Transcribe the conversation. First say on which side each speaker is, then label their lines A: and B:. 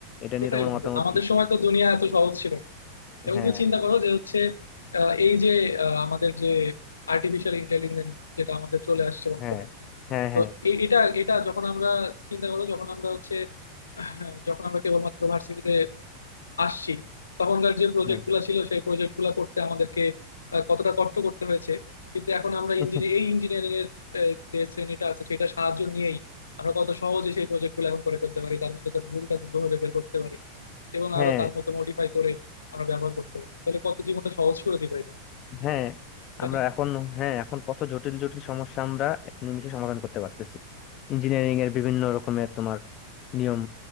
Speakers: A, on the left; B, on the left.
A: এটা নিয়ে
B: সেটাই
A: তোমার
B: বন্ধু
A: মতামত
B: আমাদের
A: কি
B: সময় তো দুনিয়া এত সহজ ছিল না এবং
A: হ্যাঁ
B: তুমি চিন্তা করো যে হচ্ছে আহ, এই যে আহ, আমাদের যে আর্টিফিশিয়াল ইন্টেলিজেন্স যেটা আমাদের চলে আসছে বর্তমানে
A: হ্যাঁ হ্যাঁ
B: তো
A: হ্যাঁ
B: এ- এটা এটা যখন আমরা চিন্তা করো যখন আমরা হচ্ছে আহ, যখন আমরা কেবলমাত্র ভার্সিটিতে আসছি তখনকার যে প্রজেক্ট
A: হ্যাঁ
B: গুলা ছিল সেই প্রজেক্ট গুলা করতে আমাদেরকে আহ, কতটা কষ্ট করতে হয়েছে কিন্তু এখন আমরা
A: <laughs>
B: ইঞ্জিনিয়ার এই ইঞ্জিনিয়ারিং এর আহ, যে শ্রেণীটা আছে সেটা সাহায্য নিয়েই আমরা কত সহজে সেই প্রজেক্ট গুলো এখন করে ফেলতে পারি তার মধ্যে তার ভুলটা দ্রুতভাবে বের করতে পারি এবং
A: হ্যাঁ
B: আরো তার মতো মডিফাই করে আমরা ব্যবহার করতে পারি তাহলে কত জীবনটা সহজ করে দিল এটা
A: হ্যাঁ
B: তাই
A: আমরা
B: না
A: এখন হ্যাঁ এখন কত জটিল জটিল সমস্যা আমরা নিমেষে সমাধান করতে পারতেছি ইঞ্জিনিয়ারিং এর বিভিন্ন রকমের তোমার নিয়ম